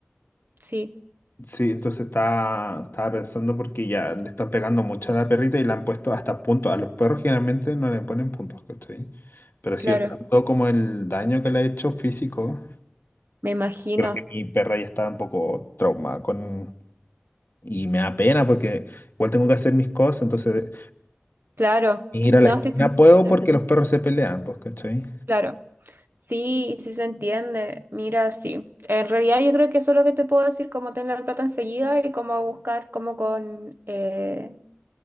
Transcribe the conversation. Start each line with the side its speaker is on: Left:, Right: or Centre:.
Right: Sí,
Left: Sí, entonces estaba, estaba pensando porque ya le están pegando mucho a la perrita y le han puesto hasta puntos. A los perros generalmente no le ponen puntos, ¿cachai? Pero sí,
Right: claro,
Left: tanto como el daño que le ha hecho físico,
Right: me imagino.
Left: creo que mi perra ya está un poco traumada con... Y me da pena porque igual tengo que hacer mis cosas, entonces
Right: Claro,
Left: ir a la
Right: no,
Left: esquina
Right: sí se entiende,
Left: puedo porque los perros se pelean, pues, ¿cachai?
Right: claro. Sí, sí se entiende. Mira, sí. En realidad yo creo que eso es lo que te puedo decir, cómo tener la plata enseguida y cómo buscar como con, eh,